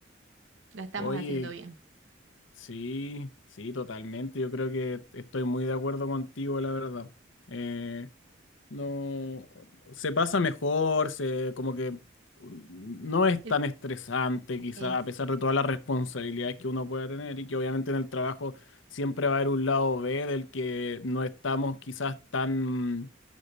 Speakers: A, on the right; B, on the left.
A: la estamos
B: Oye,
A: haciendo bien.
B: sí, sí, totalmente. Yo creo que estoy muy de acuerdo contigo, la verdad. Eh, No, se pasa mejor, se como que no es
A: El-
B: tan estresante quizá,
A: Es.
B: a pesar de todas las responsabilidades que uno pueda tener y que obviamente en el trabajo siempre va a haber un lado B del que no estamos quizás tan